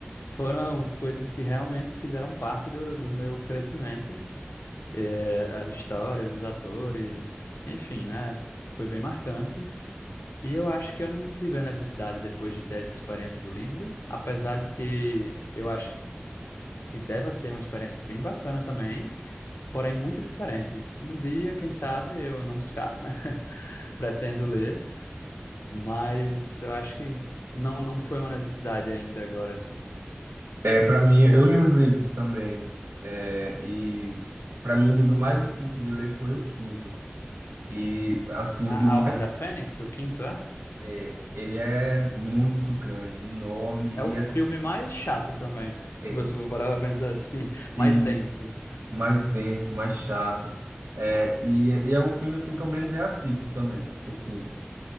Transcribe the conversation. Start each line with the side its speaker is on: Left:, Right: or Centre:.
Left: foram coisas que realmente fizeram parte do, do meu crescimento, eh, as histórias, os atores, enfim, né? Foi bem marcante. E eu acho que eu não tive a necessidade depois de ter essa experiência do livro, apesar de que eu acho que deva ser uma experiência bem bacana também, porém muito diferente. Um dia, quem sabe, eu não descarto, né? <laughs> Pretendo ler, mas eu acho que não, não foi uma necessidade ainda agora, assim.
Right: É, para mim, eu li os livros também. É, e para mim, o livro mais difícil de ler foi o quinto. E, assim,
Left: A,
Right: e o mais.
Left: a Ordem da Fênix, o quinto é?
Right: É, ele é muito grande, enorme,
Left: É
Right: e
Left: o filme
Right: é,
Left: mais chato também, <laughs> se
Right: é
Left: você for parar pra pensar assim, <laughs>
Right: isso.
Left: mais denso.
Right: mais denso, mais chato. É, e, e é o filme assim que eu menos reassisto também, o quinto.